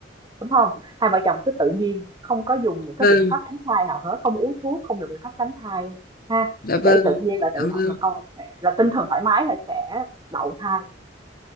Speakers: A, on the right; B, on the left.
A: đúng không hai vợ chồng cứ tự nhiên không có dùng những cái
B: vâng.
A: biện pháp tránh thai nào hết không uống thuốc không dùng biện pháp tránh thai ha
B: Dạ vâng,
A: để tự nhiên là tự
B: cảm
A: động là
B: ơn.
A: con sẽ là tinh thần thoải mái là sẽ đậu thai